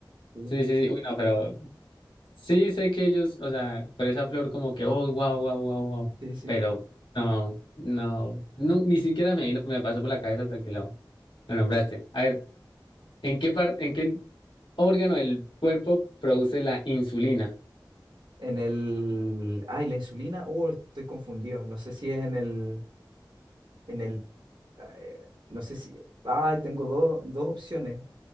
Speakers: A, on the right; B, on the left.
A: Sí,
B: Sí, sí, sí. Bueno, pero Sí, sé que ellos, o sea, por esa flor como que, oh, wow, wow, wow, wow,
A: sí, sí.
B: pero no, no, no, ni siquiera me, vino- me pasó por la cabeza hasta que lo, lo nombraste. A ver, ¿en qué parte, en qué órgano del cuerpo produce la insulina?
A: En el... Ah, la insulina? Uh, estoy confundido. No sé si es en el... En el... eh, no sé si... Ah, tengo dos dos opciones.